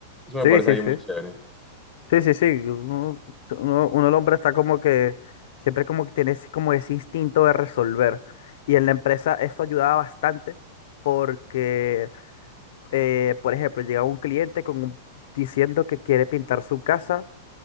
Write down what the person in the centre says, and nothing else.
Eso me
parece
a muy chévere.